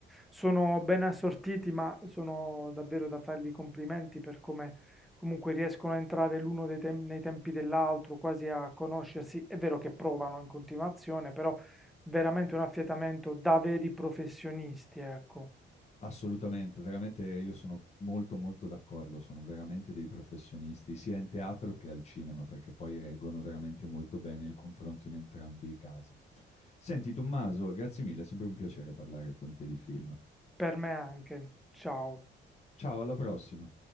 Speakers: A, in the centre; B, on the left (about 35°).
A: sono ben assortiti, ma sono davvero da fargli i complimenti per come comunque riescono a entrare l'uno dei tem- nei tempi dell'altro, quasi a conoscersi. È vero che provano in continuazione, però veramente un affiatamento da veri professionisti, ecco.
B: Assolutamente, veramente io sono molto molto d'accordo, sono veramente dei professionisti, sia in teatro che al cinema, perché poi reggono veramente molto bene il confronto in entrambi i casi. Senti Tommaso, grazie mille, è sempre un piacere parlare con te di film.
A: Per me anche. Ciao.
B: Ciao, alla prossima.